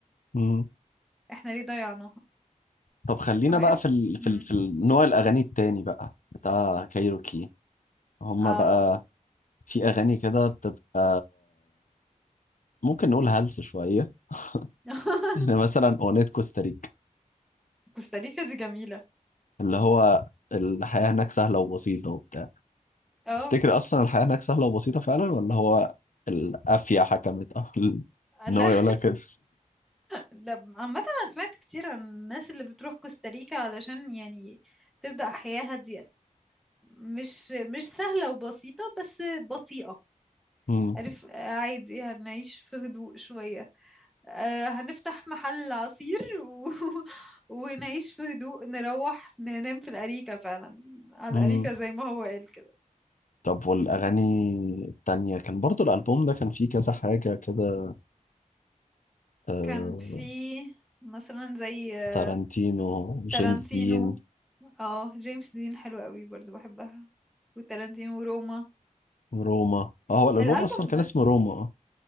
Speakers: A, on the left; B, in the centre.
A: مم.
B: احنا ليه ضيعناها
A: طب خلينا
B: فبحس
A: بقى في ال...
B: مم.
A: في ال... في ال- نوع الاغاني التاني بقى بتاع كايروكي هما
B: اه
A: بقى في اغاني كده بتبقى ممكن نقول هلس شويه
B: <laughs>
A: <laughs> يعني مثلا اغنيه كوستاريكا
B: كوستاريكا دي جميلة
A: اللي هو الحياه هناك سهله وبسيطه وبتاع
B: اه
A: تفتكر اصلا الحياه هناك سهله وبسيطه فعلا ولا هو القافيه حكمت او <laughs> ال-
B: لا
A: ان هو يقولها كده
B: لا عامة أنا سمعت كتير عن الناس اللي بتروح كوستاريكا علشان يعني تبدأ حياة هادية مش مش سهلة وبسيطة بس بطيئة
A: مم.
B: عارف آه، عادي هنعيش في هدوء شوية آه، هنفتح محل عصير و... <laughs> ونعيش في هدوء نروح ننام في الأريكة فعلا على
A: مم.
B: الأريكة زي ما هو قال كده
A: طب والأغاني التانية كان برضو الألبوم ده كان فيه كذا حاجة كده آه،
B: كان في مثلا زي آه،
A: تارانتينو
B: تارانتينو
A: جيمس دين
B: اه جيمس دين حلوة قوي برضو بحبها وتارانتينو وروما
A: روما اه هو الألبوم
B: الالبوم
A: أصلا كان
B: ده
A: اسمه روما اه